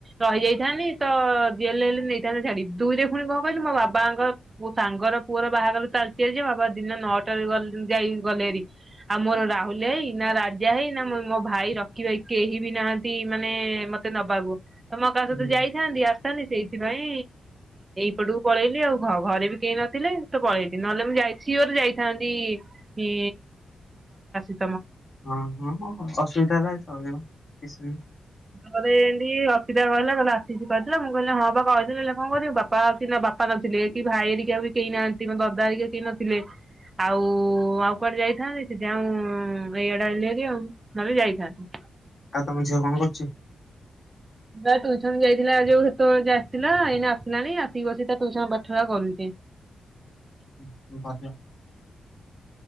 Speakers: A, on the right (about 20°); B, on the left (about 35°).
A: ରହିଯାଇଥାନ୍ତିି, ତଯିହେହେଲେ ନେଇଥାନ୍ତେ ଛାଡି ତୁ ଇରେ ପୁଣି କଣ କହିଲୁ ମୋ ବାବାଙ୍କ ମୋ ସାଙ୍ଗର ପୁଅର ବାହାଘର ଚାଲିଛି ଆଜି ବାବା ଦିନ ନଅଟାରୁ ଯାଇଗଲେଣି। ଆଉ ମୋର ରାହୁଲ ହେଇ ନା, ରାଜା ହେଇ ନା ମୋ ଭାଇ ରକିବା କେହି ବି ନାହାନ୍ତି ମାନେ ମତେ ନବାକୁୁ ତ ମୋ କାହା ସହିତ
B: ହୁଁ,
A: ଯାଇଥାନ୍ତି ଆସିଥାନ୍ତି ସେଇଥିପାଇଁ ସେପଟକୁ ପଳେଇଲି ଆଉ ଘରେ ବି କେହି ନଥିଲେ ତ ପଳେଇଲି ନହେଲେ ମୁଁ ସିଓର ଯାଇଥାନ୍ତି ଇଁ <inaudible>
B: ହଁ ହଁ ଅସୁବିଧା ହେଲା ଚଳିବ କିଛି ନାହିଁ।
A: ଥରେ ଏମିତି ଅଚ୍ଛିତା କହିଲା କହିଲା ଆସିିକି କହିଥିଲା, ମୁଁ କହିଲି ବାପା କହିି ହେଲେ କଣ କରିବି ବାପା ନା ବାପା ନଥି ଥିଲେ କି ଭାଇହେରିକା ବି କେହି ନାହାନ୍ତି ମୋ ଦାଦା ହେରିକା କେହିନଥିଲେ ଆଉ ଆଉ କୁଆଡେ ଯାଇଥାନ୍ତି ସେଥି ଆଉ ଏଇଆଡେ ଆଇଲିହାରି ଆଉ ନହେଲେ ଯାଇଥାନ୍ତେ।
B: ଆଉତମ ଝିଅ କଣକରୁଛି?
A: ତା ଟୁଇସନ ଯାଇଥିଲା ଯୋଉ ଏତେବେଳୁ ଆସିଥିଲା ଏଇନେ ଆସିଲାଣି ଆସିକି ବସି ଟିଉସନ ପାଠ କରୁଛି।
B: <inaudible>